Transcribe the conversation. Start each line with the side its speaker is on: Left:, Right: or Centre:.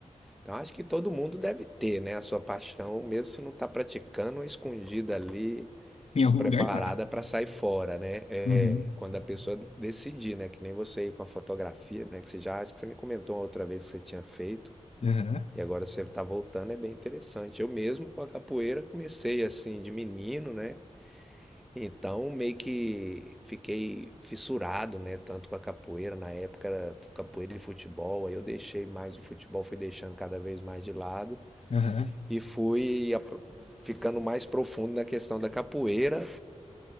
Centre: Então, acho que todo mundo deve ter, né, a sua paixão, mesmo se não tá praticando, escondida ali,
Left: Em algum
Centre: preparada
Left: lugar tá.
Centre: para sair fora, né? É,
Left: Uhum.
Centre: quando a pessoa decidir, né? Que nem você aí com a fotografia, né? Que você já acho que você me comentou outra vez que você tinha feito
Left: Aham,
Centre: e agora você está voltando, é bem interessante. Eu mesmo com a capoeira comecei assim de menino, né? Então meio que fiquei fissurado, né? Tanto com a capoeira na época era capoeira e futebol. Aí eu deixei mais o futebol, fui deixando cada vez mais de lado
Left: aham,
Centre: e fui apro- ficando mais profundo na questão da capoeira